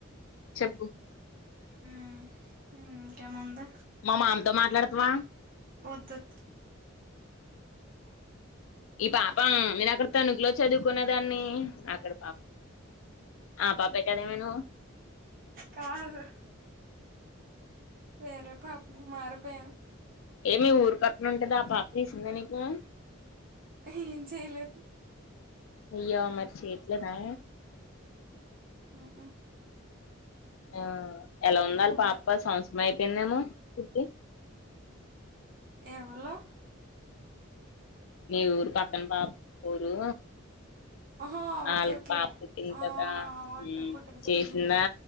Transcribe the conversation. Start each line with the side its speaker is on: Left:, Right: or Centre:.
Left: చెప్పు
Right: మ్ మ్ ఇంకేముంది
Left: మా మామతో మాట్లాడుతావా?
Right: వద్దొద్దు
Left: ఈ పాప నేను అక్కడ తణుకులో చదువుకునే దాన్ని అక్కడ పాప ఆ పాపే కదే మెనూ
Right: కాదు వెరే పాపని మారిపోయాను.
Left: ఏమే ఊరి పక్కన ఉంటంద ఆ పార్క్ తీసిందా నీకు?
Right: ఏం చేయలేదు
Left: అయ్యో మరి చేయట్లేదా?
Right: ఉ ఊ
Left: ఆ ఎలా ఉందాలి
Right: నువ్వు
Left: పాప సంవత్సరం అయిపోయిందేమో పుట్టి
Right: ఎవళ్ళూ
Left: నే ఊరు పక్కన పాప ఊరు
Right: ఆహా ఓకే
Left: ఆళ్ళకు
Right: ఓకే
Left: పాప పుట్టింది
Right: ఆ
Left: కదా
Right: ఒట్టి
Left: ఉమ్
Right: పుట్టింది పుట్టింది
Left: చేసిందా?